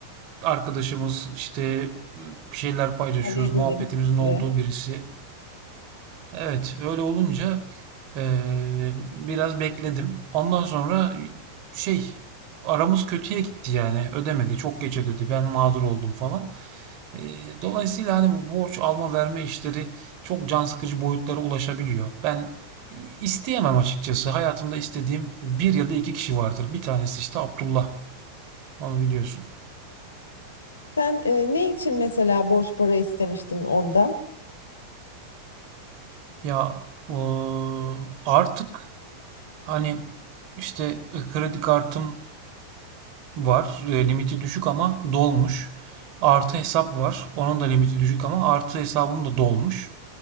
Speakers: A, on the right; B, on the left.
A: arkadaşımız işte e, bir şeyler paylaşıyoruz,
B: Araya edelim.
A: muhabbetimizin olduğu
B: Süre.
A: birisi. Evet, öyle olunca e, biraz bekledim. Ondan sonra şey aramız kötüye gitti yani. Ödemedi, çok geç ödedi. Ben mağdur oldum falan. Ee, dolayısıyla hani bu borç alma verme işleri çok can sıkıcı boyutlara ulaşabiliyor. Ben isteyemem açıkçası. Hayatımda istediğim bir ya da iki kişi vardır. Bir tanesi işte Abdullah. Onu biliyorsun.
B: Sen e, ne için mesela borç para istemiştin ondan?
A: Ya o, artık hani işte e, kredi kartım var. E, Limiti düşük ama dolmuş. Artı hesap var. Onun da limiti düşük ama artı hesabım da dolmuş.